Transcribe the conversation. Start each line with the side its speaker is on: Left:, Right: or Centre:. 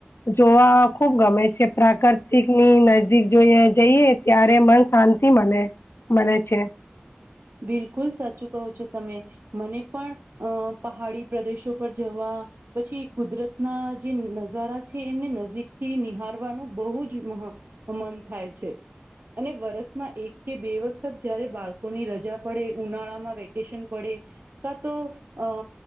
Left: જોવા ખુબ ગમે છે પ્રાકૃતિકની નજદીક જોઈએ જઈએ. ત્યારે મન શાંતિ મને મને છે.
Right: બિલકુલ સાચું કહો છો તમે. મને પણ અ પહાડી પ્રદેશો પર જવા. પછી કુદરતના જે નજારા છે એમને નજીકથી નિહાારવાનું બહુ જ મહ. મન થાય છે અને વરસમાં એક કે બે વખત જયારે બાળકોની રજા. ઉજા પડે ઉનાળામાં વેકેશન પડે કા તો અ.